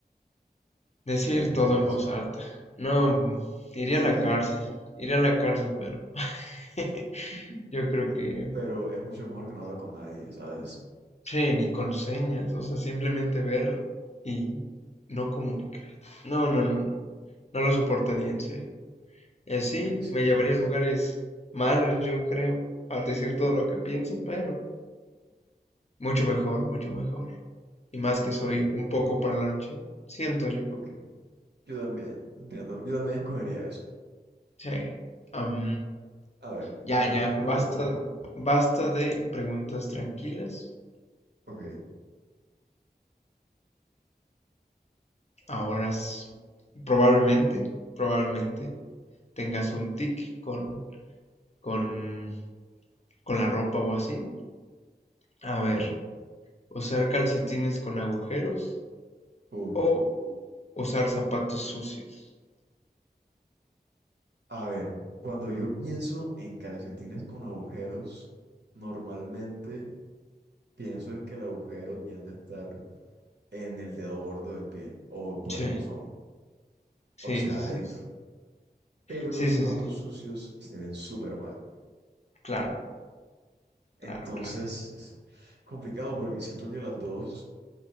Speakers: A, on the left; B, on the right.
A: decir
B: A ver, ¿qué
A: todo
B: te parece?
A: en voz alta. No, mm, iría
B: Sí,
A: a la cárcel, iría a la cárcel, pero <laughs>
B: <laughs>
A: yo creo que,
B: pero es mucho mejor que no hablar con nadie, ¿sabes?
A: sí, ni con señas, o sea, simplemente ver y no comunicar. No, no, no, no, no lo soportaría en serio. Y así
B: Ok, sí.
A: me llevaría a lugares malos, yo creo, al decir todo lo que pienso, pero mucho mejor, mucho mejor. Y más que soy
B: Ok,
A: un poco parlanchín, siento yo.
B: ok. Yo también, entiendo. Yo también escogería eso.
A: Sí. Am,
B: A ver,
A: ya, ya,
B: ¿tienes alguno
A: basta,
B: para mí?
A: basta de preguntas tranquilas.
B: Ok,
A: Ahora s- probablemente, probablemente tengas un tic con, con, con la ropa o así. A
B: ok.
A: ver, usar calcetines con agujeros
B: Uf.
A: o usar zapatos sucios.
B: A ver, cuando yo pienso en calcetines con agujeros, normalmente pienso en que el agujero tiende a estar en el dedo gordo del pie o por
A: Sí,
B: esa zona,
A: sí,
B: o sea,
A: sí,
B: adentro.
A: sí.
B: Pero
A: Sí,
B: los zapatos
A: sí, sí.
B: sucios se ven súper mal.
A: Claro,
B: Entonces,
A: claro, claro.
B: es complicado porque siento que las dos,